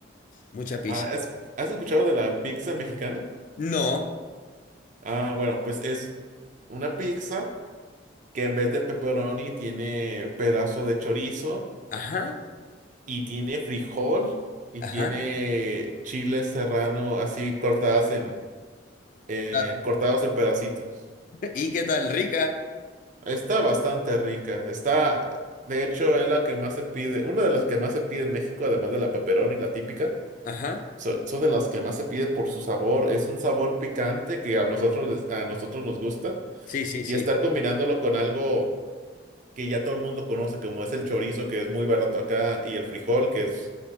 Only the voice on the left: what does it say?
mucha pizza.
No,
ajá,
ajá,
claro.
¿Y qué tal, rica?
Ajá,
sí, sí, sí.